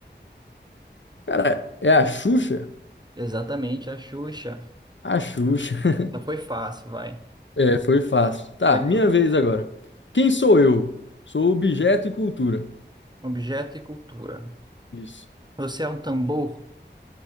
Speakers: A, on the left; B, on the right.
A: Cara, é a Xuxa?
B: Exatamente, a Xuxa.
A: A Xuxa. <laughs>
B: Mas foi fácil, vai.
A: É, foi fácil. Tá,
B: Legal.
A: minha vez agora. Quem sou eu? Sou objeto e cultura.
B: Objeto e cultura.
A: Isso.
B: Você é um tambor?